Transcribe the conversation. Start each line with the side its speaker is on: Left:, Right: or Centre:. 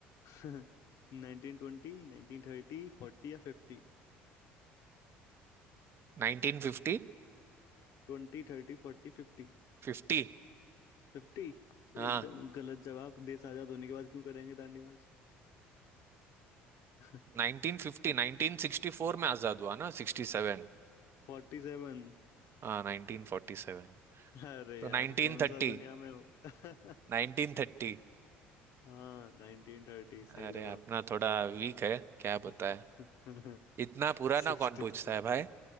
Left: <laughs> Nineteen twenty nineteen thirty forty या fifty
Right: नाइनटीन फिफ्टी
Left: Twenty thirty forty fifty
Right: फिफ्टी
Left: Fifty
Right: हाँ
Left: एकदम गलत जवाब देश आजाद होने के बाद क्यों करेंगे दांडी मार्च <laughs>
Right: नाइनटीन फिफ्टी नाइनटीन सिक्सटी फोर में आजाद हुआ ना सिक्सटी सेवन
Left: Forty seven
Right: हाँ नाइनटीन फोर्टी सेवन
Left: अरे
Right: तो
Left: यार
Right: नाइनटीन
Left: कौन
Right: थर्टी
Left: सा दुनिया में हो <laughs>
Right: नाइनटीन थर्टी
Left: हाँ नाइनटीन थर्टी सही
Right: अरे
Left: जवाब
Right: अपना थोड़ा वीक है क्या बताए
Left: <laughs>
Right: इतना पुराना
Left: Sixty
Right: कौन पूछता
Left: seven
Right: है भाई